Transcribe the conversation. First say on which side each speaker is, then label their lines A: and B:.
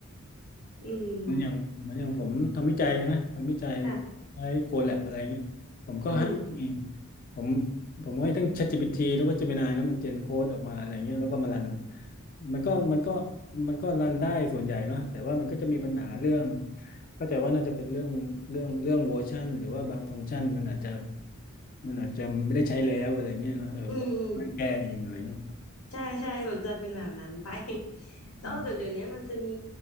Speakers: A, on the left; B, on the left.
A: <laughs> อืม
B: เหมือนอย่างเหมือนอย่างผมทำวิจัยใะทำวิจัย
A: ค่ะ
B: ใช้โคแลบอะไรเงี้ยผมก็ให้
A: อืม
B: ผมผมก็ให้ทั้ง ChatGPT แล้วก็ Gemini นะมันเจนโค้ดออกมาอะไรเงี้ยแล้วก็มารันมันก็มันก็มันก็รันได้ส่วนใหญ่เนาะแต่ว่ามันก็จะมีปัญหาเรื่องเข้าใจว่าน่าจะเป็นเรื่องเรื่องเรื่องเวอร์ชันหรือว่าบางฟังก์ชันมันอาจจะมันอาจจะไม่ได้ใช้แล้วอะไรเงี้ยเนาะเออแล้วนั่งแก้เองอะไรเงี้ย
A: อืมอืมใช่ใช่มันจะเป็นแบบนั้นไป <laughs> แล้วเดี๋ยวเดี๋ยวนี้มันจะมี
B: อืม